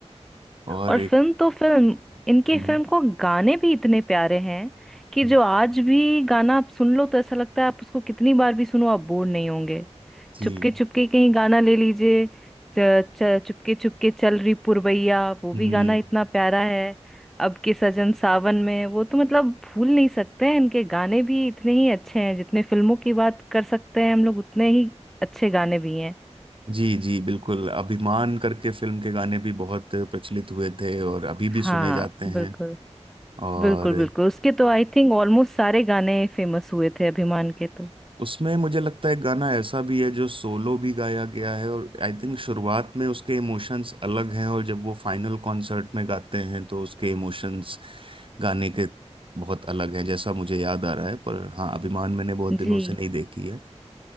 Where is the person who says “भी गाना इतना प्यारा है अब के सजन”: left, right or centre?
Centre